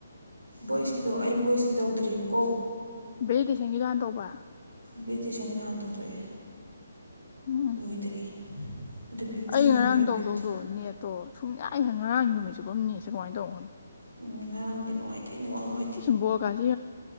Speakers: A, on the right (about 80°); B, on the left (about 40°).
A: ꯚꯣꯏꯁꯀꯤꯗꯣ ꯑꯩ ꯚꯣꯏꯁꯀꯤ ꯇꯧꯗ꯭ꯔꯤꯕꯀꯣ꯫
B: ꯚꯦꯂꯤ ꯇꯦꯁꯟꯒꯤꯗꯨ ꯍꯥꯟꯅ ꯇꯧꯕ꯫
A: ꯕꯦꯔꯤꯇꯦꯁꯟꯒꯤꯗꯨ ꯍꯥꯟ ꯇꯧꯊꯣꯛꯑꯦ꯫
B: ꯎꯝ꯫
A: ꯂꯣꯏꯗꯔꯤ꯫ ꯑꯗꯨ ꯐꯤꯐꯇꯤꯅꯤ
B: ꯑꯩ ꯉꯔꯥꯡ
A: ꯏꯕꯦꯝꯃ
B: ꯇꯧꯗꯧꯗꯣ
A: ꯐꯤꯐꯇꯤ
B: ꯅꯦꯠꯇꯣ ꯁꯨꯡꯌꯥ ꯑꯩ ꯉꯔꯥꯡ ꯅꯨꯃꯤꯠ ꯆꯨꯞꯄꯝꯅꯦꯠꯁꯦ ꯀꯃꯥꯏꯅ ꯇꯧꯕꯅꯣ
A: ꯎꯝ ꯉꯔꯥꯡ ꯅꯦꯠ ꯅꯨꯡꯉꯥꯏꯇꯦ ꯅꯦꯠ ꯋꯥꯛ ꯅꯨꯡꯉꯥꯏꯇꯦ
B: ꯑꯁ ꯕꯣ ꯀꯥꯏꯁꯦ